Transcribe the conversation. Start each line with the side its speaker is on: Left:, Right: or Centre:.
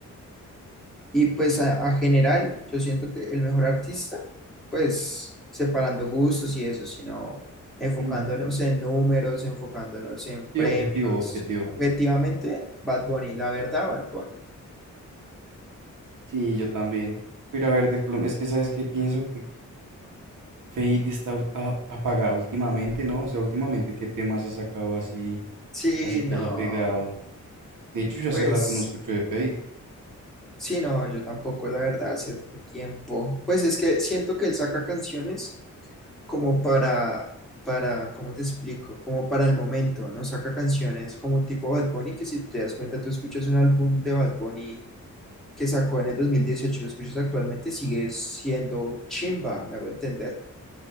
Centre: Y pues a, a general, yo siento que el mejor artista, pues separando gustos y eso, sino enfocándonos
Right: Mm,
Centre: en números, enfocándonos en premios.
Right: Sí, objetivo, objetivo.
Centre: Objetivamente, Bad Bunny, la verdad, Bad Bunny.
Right: Sí, yo también. Pero a ver, de Colombia, es que sabes que pienso que Fade está ul- a- apagado últimamente, ¿no? O sea, últimamente, ¿qué temas ha sacado así?
Centre: Sí,
Right: así
Centre: no,
Right: que haya pegado. De hecho, yo hace
Centre: pues
Right: rato no escucho de Fade.
Centre: sí, no, yo tampoco, la verdad, hace otro tiempo. Pues es que siento que él saca canciones como para, para, ¿cómo te explico? Como para el momento, no saca canciones como un tipo Bad Bunny, que si te das cuenta, tú escuchas un álbum de Bad Bunny que sacó en el 2018 y lo escuchas actualmente, sigue siendo chimba, me hago entender.